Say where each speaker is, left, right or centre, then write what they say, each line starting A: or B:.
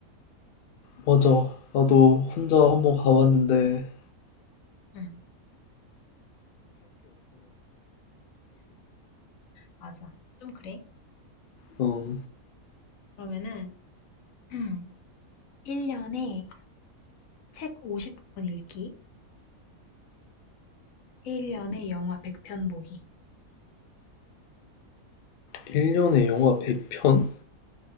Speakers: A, on the left; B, on the left.
A: 맞아. 나도 혼자 한번 가봤는데,
B: 응, 맞아. 좀 그래.
A: 어,
B: 그러면은 <clears throat> 1년에 책 50권 읽기, 1년에 영화 100편 보기.
A: 1년에 영화 100편?